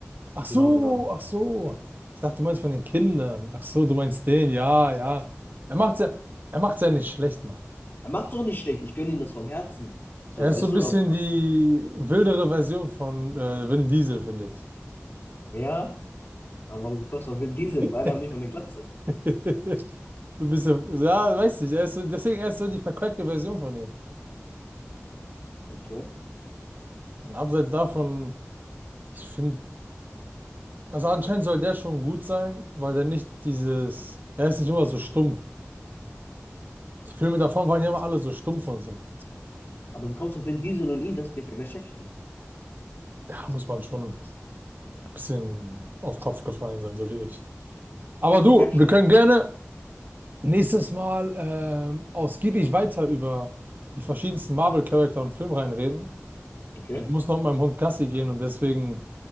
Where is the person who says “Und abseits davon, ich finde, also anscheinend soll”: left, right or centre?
Right